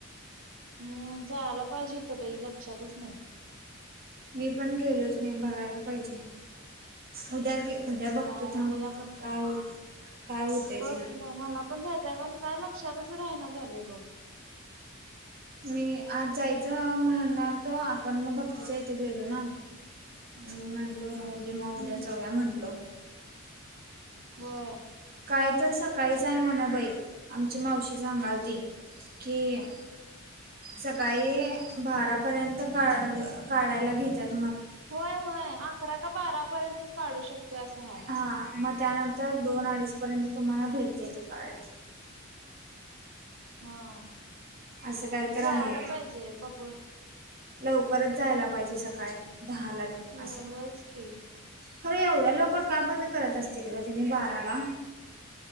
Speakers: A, on the right; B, on the right.
A: हम जायला पाहिजे होतं बाई लक्षातच नाही.
B: मी पण गेलोच नाही बघायला पाहिजे. उद्या गे उद्या बघतो
A: काय
B: थांब
A: बाई आपण का
B: काय होत काय होतय
A: बघ
B: ते
A: मला पण जायचं आणि काय लक्षातच राहिना झालंय बघ
B: मी आज जायचं म्हणालतो आपण मग भक्तीच्या तिथे गेलो ना म म्हटलो राहू दे
A: हम्म
B: उद्या जाऊया म्हटलो
A: होय
B: काय तर सकाळीच आहे म्हण बाई आमची मावशी सांगालती की सकाळी बारा पर्यंत काढ काढायला घेत्यात
A: होय होय अकरा का बारा पर्यंतच काढू शकतोय असं हाय
B: हा म त्यानंतर दोन अडीच पर्यंत तुम्हाला भेटते ते कार्ड
A: हा
B: असं काही तर
A: जायाला
B: आहे
A: पाहिजे बघून
B: लवकरच जायाला पाहिजे सकाळी दहाला तेन
A: होय
B: अस
A: होयच की
B: खरं एवढ्या लवकर का बंद करत असतील ग त्यांनी बाराला